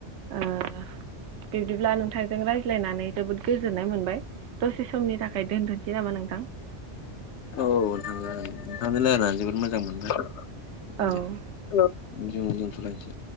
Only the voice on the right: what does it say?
ओ बिब्दिब्ला नोंथांजों रायज्लायनानै जोबोद गोजोननाय मोनबाय। दसे समनि थाखाय दोनथ'नसै नामा नोंथां? <inaudible>
औ